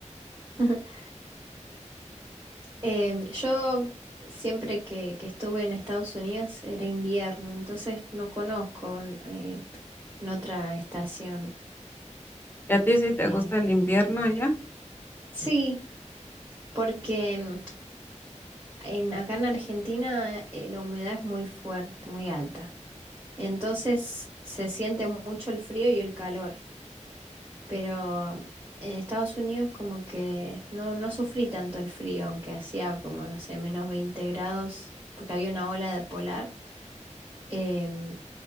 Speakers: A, on the right (about 30°); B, on the left (about 15°).
A: <laughs> Em, yo siempre que, que estuve en Estados Unidos era invierno, entonces no conozco n- eh, en otra estación.
B: ¿Y a ti si
A: Eh,
B: te gusta el invierno allá?
A: sí, porque em, en, acá en Argentina eh, la humedad es muy fuerte, muy alta. Entonces se siente mucho el frío y el calor, pero en Estados Unidos como que no, no sufrí tanto el frío, aunque hacía como, no sé, menos 20 grados, porque había una ola de polar. em,